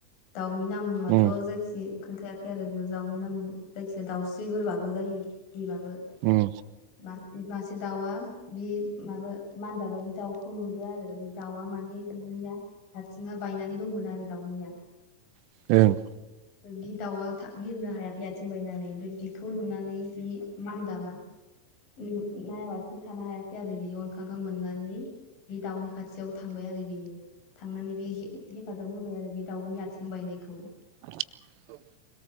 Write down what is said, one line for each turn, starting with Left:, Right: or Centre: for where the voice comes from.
Left: दाउ उनि नामाथ'
Right: उम
Left: जायखि खोनथायाखै आरो बेयाव दाउनि नाम जायखिजाया दाउस्रिफोरबाबो जायो। बिबाबो
Right: उम
Left: मा बासे दाउआ बे माबा मान्दाबा बे दाउखौ नुदो आरो दाउआ माने निया आथिङा बायनानै दंमोन आरो दाउनिया
Right: ओं
Left: बि दाउआ थाब बिरनो हाया खै आथिं बायनानै ओमफ्राय बिखौ नुनानै बि मानदाबा नायाबासिनो थानो हायासै आरो बियो अनखां खां मोननानै बे दाउनि खाथियाव थांबाय आरो बियो थांनानै बे हे हेफाजाब होबाय आरो बे दाउनि आथिं बायनायखौ
Right: <inaudible>